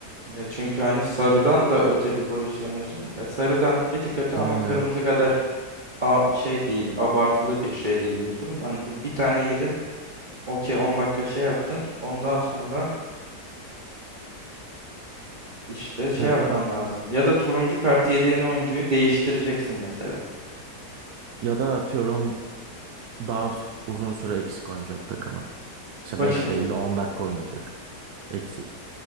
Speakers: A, on the right (about 35°); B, on the right (about 70°).
A: Ya çünkü hani sarıdan da öte bir pozisyonluyorsun. Ya sarıdan bir tık öte
B: Aynen.
A: ama kırmızı kadar a şey değil, abartılı bir şey değil diyorsun. Hani bu bir tane yedin. Okey 10 dakika şey yaptın. Ondan sonra işte şey
B: Ya
A: yapman
B: da
A: lazım. Ya da turuncu kartı yediğin oyuncuyu değiştireceksin mesela.
B: ya da atıyorum Daha uzun süre eksik oynayacak takımı. Mesela
A: Bak
B: 5
A: şimdi
B: değil de 10 dakika oynayacak. Eksik.